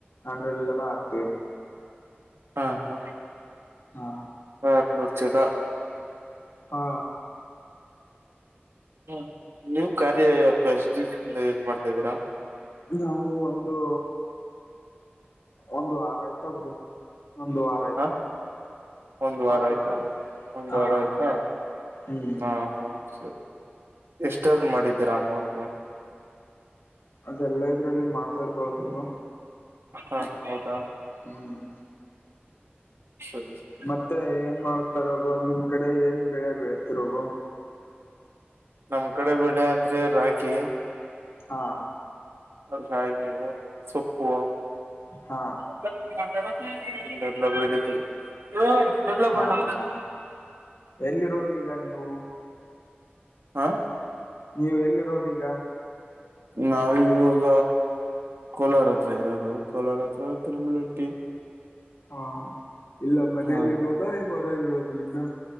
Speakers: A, on the left; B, on the right.
A: ಹಂಡ್ರೆಡ್ ಜನ ಆಗ್ತಿವಿ.
B: ಹಾ ಹಾ.
A: ಹಾ.
B: ಹ ಆರನೂರ ಜನಾ.
A: ಹಾ.
B: ಹ್ಮ ನೀವು ಕಾರ್ಯ ಆಪ್ ಫಸ್ಟ್ ಇಂದ ಯೂಸ್ ಮಾಡ್ತಾ ಇದ್ದೀರಾ.
A: ನಾವು ಒಂದು. ಒಂದು ಆರ ತ <unintelligible> ಒಂದುಾರ.
B: ಹಾ. ಒಂದ ವಾರ
A: ಆಯ್ತು
B: ಆಯ್ತಾ ಒಂದ
A: ಹಾ
B: ವಾರ ಆಯ್ತಾ
A: ಹ್ಮ್
B: ಹಾ ಹಾ. ಸರಿ ಎಷ್ಟ್ ಅರ್ನ ಮಾಡಿದ್ದೀರಾ ಅಮೌಂಟು.
A: ಅದೆಲ್ಲ ಇದ್ರಲ್ಲಿ ಮಾತಾಡಬಾರ್ದು ಬ್ರೋ.
B: ಹಾ ಹೌದಾ.
A: ಹ್ಮ್
B: ಸರಿ ಸರಿ
A: ಮತ್ತೆ ಏನ್ ಮಾಡತ ಸರಿ ಬ್ರೋ ನಿಮ್ ಕಡೆ ಏನ್ ಬೆಳೆ ಬೆಳತಿರ ಬ್ರೋ.
B: ನಮ್ ಕಡೆ ಬೆಳೆ ಅಂದ್ರೆ ರಾಗಿ.
A: ಹಾ.
B: ರಾಗಿ <unintelligible> ಸೊಪ್ಪು.
A: ಹಾ.
B: <unintelligible> <inaudible>
A: ಹೌದಾ ಎಲ್ಲಿರೋದು ಈಗ ನೀವು
B: ಹಾ.
A: ನೀವು ಎಲ್ಲಿರೋದ ಈಗ.
B: ನಾವ್ ಇವಾಗ. ಕೋಲಾರ ಹತ್ರ ಇರೋದು ಕೋಲಾರ ಹತ್ರ ತಿರುಮಳೆಟ್ಟಿ.
A: ಹಾ ಇಲ್ಲ ಮನೆಯಲ್ಲಿರೋದಾ
B: ಹಾ
A: ಇನ್ ಹೊರಗರೋದು ಇನ್ನ.